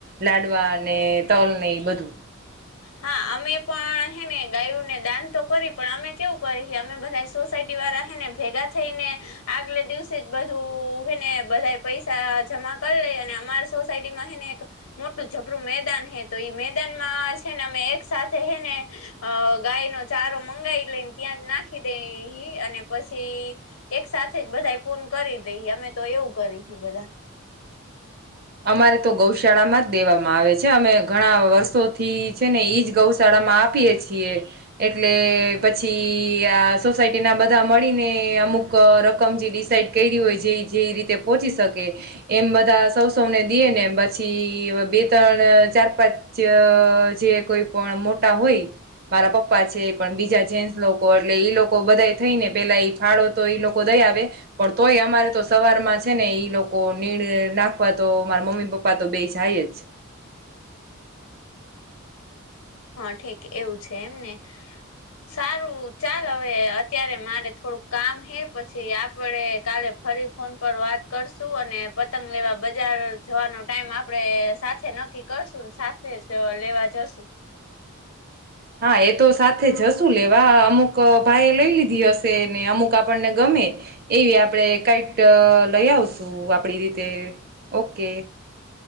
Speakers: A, on the right; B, on the left.
A: લાડવા ને, તલ ને બધું.
B: હા અમે પણ હેને ગાયુંને દાન તો કરી પણ અમે કેવું કરી હી અમે બધા સોસાયટી વાળા હેને ભેગા થઈને આગલે દિવસે જ બધું હેને બધા પૈસા જમા કર લઈએ અને અમારી સોસાયટી માં હેને એક મોટું જબરું મેદાન હે તો ઈ મેદાન માં જ, છેને અમે એક સાથે હેને અ ગાય નો ચારો મંગાઈ લઈન ત્યાં જ નાખી દેઈ અને પછી એક સાથે જ બધા ફૂન કરી દેહિ અમે તો એવું કરી હિ બધા.
A: અમારે તો ગૌશાળામાં જ દેવામાં આવે છે અમે ઘણા વર્ષોથી છે ને ઈજ ગૌશાળામાં આપીએ છીએ એટલે પછી આ સોસાયટી ના બધા મળીને અમુક રકમ જે ડિસાઈડ કયરી હોય જે જે રીતે પોહોચી શકે એમ બધા સૌ, સૌને દીએને પછી બે ત્રણ ચાર પાંચ અ જે કોઈ પણ મોટા હોય મારા પપ્પા છે પણ બીજા જેન્સ લોકો અટલે ઈ લોકો બધા થઈ ને પેલા ઈ ફાળો તો ઈ લોકો દઈ આવે પણ તોય અમારે તો સવારમાં છે ને ઈ લોકો નીણ નાખ પા તો મારા મમ્મી પપ્પા તો બે જાય જ
B: હા ઠેક એવું છે એમને સારું ચાલ હવે અત્યારે મારે થોડુંક કામ હે પછી આપડે કાલે ફરી ફોન પર વાત કરશું અને પતંગ લેવા બજાર જવાનો ટાઈમ આપણે સાથે નક્કી કરશુંન સાથે જ લેવા જશું
A: હા એ તો સાથે જશું લેવા અમુક ભાઈએ લઈ લીધી હશે ને અમુક આપણને ગમે એવી આપણે કઈટ લઈ આવશું આપડી રીતે ઓકે.